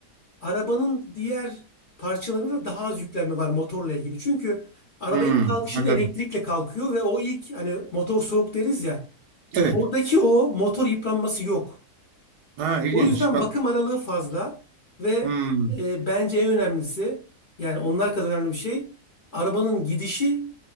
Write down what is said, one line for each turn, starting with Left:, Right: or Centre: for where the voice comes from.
Left: arabanın diğer parçalarında daha az yüklenme var motorla ilgili. Çünkü araba
Right: Hı,
Left: ilk kalkışında
Right: anladım.
Left: elektrikle kalkıyor ve o ilk hani motor soğuk deriz ya.
Right: Evet.
Left: Oradaki o motor yıpranması yok.
Right: Ha, ilginç.
Left: O yüzden
Right: Bak.
Left: bakım aralığı fazla ve
Right: Hı.
Left: e, bence en önemlisi yani onlar kadar önemli bir şey arabanın gidişi